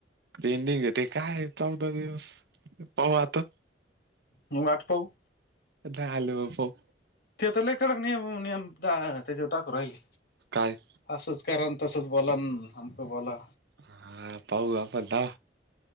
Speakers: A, on the right; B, on the left.
A: पेंडिंग आहे ते काय चौदा दिवस,, पाहू आता.
B: म वाट पाहु
A: ते काय आल्यावर पाहु.
B: ते तर लैय कडक नियम, नियम त्याच्यावर टाकू राहिले.
A: काय?
B: असंच करा, तसंच बोलावं अंन् अमकं बोला.
A: हा पाहु आपणं ता